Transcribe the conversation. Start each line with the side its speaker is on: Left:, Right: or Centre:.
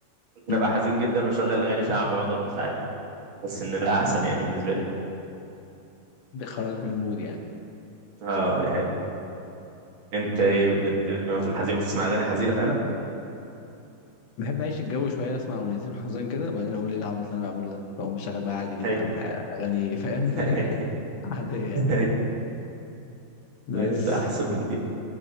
Right: ممكن
Left: امم
Right: ابقى حزين جدا واشغل اغاني شعبي واقعد ارقص عادي بحس ان ده احسن يعني بالنسبه لي
Left: بيخرجك من المود يعني
Right: اه دي حقيقة انت ايه بت... لما تقول حزين بتسمع اغاني حزينه فعلا
Left: بحب اعيش الجو شوية اسمع اغنيتين حزين كده وبعدين اقول ايه العبط اللي انا بعمله ده فاقوم مشغل بقى عادي جدا
Right: هي
Left: ح- اغاني فاهم
Right: هي
Left: <laughs> عادية يعني.
Right: هي
Left: بس
Right: ايوه ده احسن بكتير